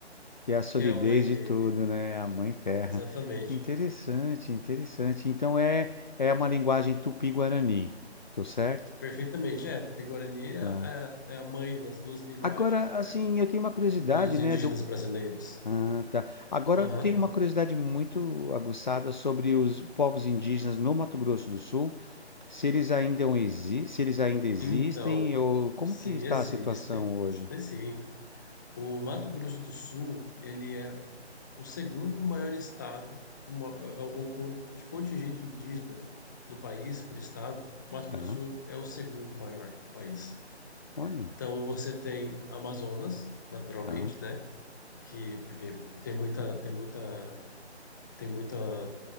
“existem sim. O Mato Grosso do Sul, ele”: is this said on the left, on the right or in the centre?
Left